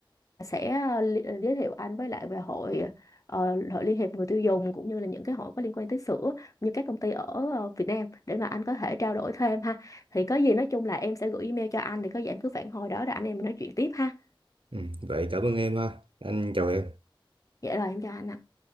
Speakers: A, on the left; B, on the right.
A: sẽ ờ, li- ờ, giới thiệu anh với lại về hội ờ, hội Liên hiệp người tiêu dùng cũng như là những cái hội có liên quan tới sữa như các công ty ở ờ, Việt Nam để mà anh có thể trao đổi thêm ha thì có gì nói chung là em sẽ gửi email cho anh thì có gì em cứ phản hồi đó rồi anh em mình nói chuyện tiếp ha
B: Ừ, vậy cảm ơn em ha. Anh chào em.
A: Dạ rồi em chào anh ạ.